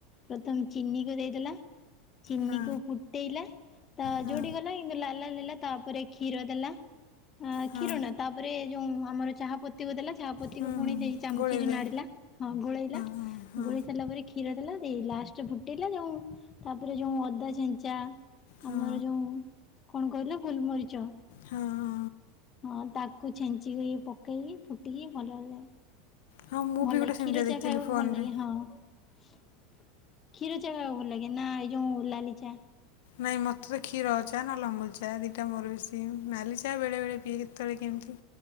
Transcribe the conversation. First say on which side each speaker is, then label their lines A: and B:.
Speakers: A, on the left; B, on the left.
A: ପ୍ରଥମ ଚିନିକୁ ଦେଇଦେଲା ଚିନିକୁ
B: ହଁ
A: ଫୁଟେଇଲା ତା
B: ହଁ
A: ଯୋଡି ଗଲା କିନ୍ତୁ ଲାଲା ଲଲା ତାପରେ କ୍ଷୀର ଦେଲା। ଆ
B: ହଁ
A: କ୍ଷୀରଣା ତାପରେ ଯୋଉ ଆମର ଚାହା ପତିକୁ ଦେଲା ଚାହା ପୋତିକୁ
B: ହୁଁ ହୁଁ
A: ପୁଣି ସେଇ ଚାମଚିରେ
B: ଗୋଳେଇଦିଏ।
A: ନାଡ଼ିଲା ହଁ ଗୋଳେଇଲା।
B: ହଁ ହଁ
A: ଗୋଳି ସାରିଲା ପରେ କ୍ଷୀର ଦେଲା ଦେଇ ଲାଷ୍ଟ ଫୁଟେଇଲା ଯୋଉ ତାପରେ ଯୋଉ ଅଦା ଛେଞ୍ଚା
B: ହଁ
A: ଆମର ଯୋଉଁ କଣ କହିଲା ଗୋଲମରିଚ।
B: ହଁ ହଁ
A: ହଁ ତାକୁ ଛେଞ୍ଚିକି ପକେଇକି ଫୁଟିକି ଭଲଯାଏ।
B: ହଁ ମୁଁ
A: ଭଲ
B: ବି ଗୋଟେ
A: ଲାଗେ
B: ସେମିତିଆ
A: କ୍ଷୀର ଚାହା
B: ଦେଖିଥିଲି
A: ଖାଇବାକୁ
B: ଫୋନରେ।
A: ଭଲ ଲାଗେ ହଁ। କ୍ଷୀର ଚା କାହାକୁ ଭଲ ଲାଗେ ନା ଏଇ ଯଉ ଲାଲି ଚା?
B: ନାହିଁ ମୋତେ ତ କ୍ଷୀର ଚା ନା ଅମୁଲ ଚା ଦୁଇଟା ମୋର ବେଶୀ ନାଲି ଚା ବେଳେବେେଳେ ପିଏ କେତେବେଳେ କେମିତି?